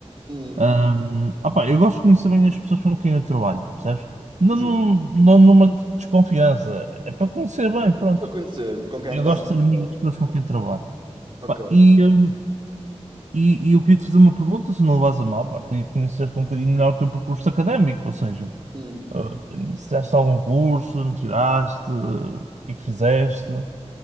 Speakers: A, on the right; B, on the right.
A: Hum,
B: Ahm, ah, pá, eu gosto de conhecer bem as pessoas com quem eu trabalho, percebes? Não,
A: justo.
B: não, não numa desconfiança, é para conhecer bem, pronto.
A: Para conhecer com quem é
B: Eu
A: que estás
B: gosto
A: a
B: de ser amigo
A: trabalhar.
B: das pessoas com quem trabalho.
A: Ok.
B: Pá, e, ahm, e, e eu queria te fazer uma pergunta, se não levas a mal, pá. Queria conhecer-te um bocadinho melhor o teu percurso académico, ou seja.
A: Hum.
B: Ah, se tiraste algum curso, não tiraste? O que é que fizeste?